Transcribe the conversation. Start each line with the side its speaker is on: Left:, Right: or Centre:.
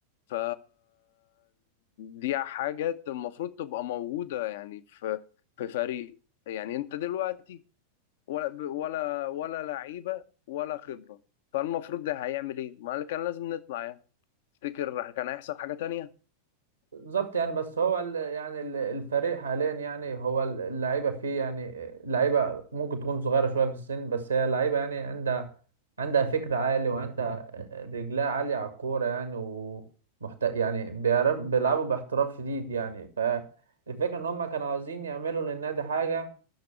Left: ف دي حاجات المفروض تبقى موجودة يعني في في فريق يعني انت دلوقتي ولا ولا ولا لعيبة ولا خبرة فالمفروض ده هيعمل ايه؟ ما كان لازم نطلع يعني تفتكر كان هيحصل حاجة تانية؟
Right: بالظبط يعني بس هو ال- يعني ال- الفريق حاليا يعني هو ال- اللعيبه فيه يعني اللعيبه ممكن تكون صغيره شويه في السن بس هي لعيبه يعني عندها عندها فكر عالي وعندها رجلها عاليه على الكوره يعني ومحت... يعني بيعرف بيلعبوا باحتراف شديد يعني فالفكره ان هم كانوا عاوزين يعملوا للنادي حاجه